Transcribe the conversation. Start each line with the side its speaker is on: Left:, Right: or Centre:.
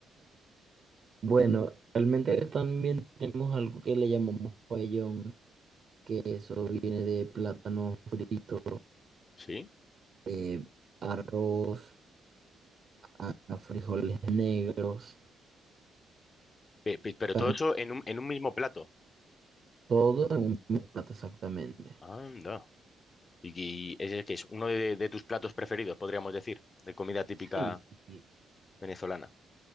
Right: Bueno, realmente acá también tenemos algo que le llamamos pabellón, que eso viene de plátano frito,
Left: ¿Sí?
Right: eh, arroz, a a frijoles negros,
Left: Pe- pe- Pero
Right: carne,
Left: todo eso en un, en un mismo plato.
Right: todo en un mismo plato exactamente.
Left: Anda. Y, y ese que es uno de, de tus platos preferidos, podríamos decir, de comida típica
Right: Sí, sí,
Left: venezolana.